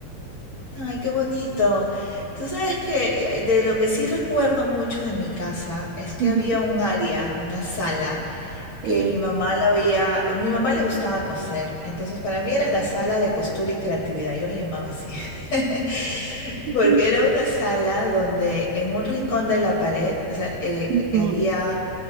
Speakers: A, on the left; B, on the right.
A: Ay, qué bonito. Tú sabes que eh, de lo que sí recuerdo mucho de mi casa es que
B: Ujú.
A: había un área, una sala, que
B: Sí.
A: mi mamá la había, a mi mamá le gustaba coser, entonces para mí era la sala de costura y creatividad, yo le llamaba así, <laughs>
B: Ay,
A: porque era una sala donde en un rincón de la pared, o sea, eh,
B: ujú,
A: eh, había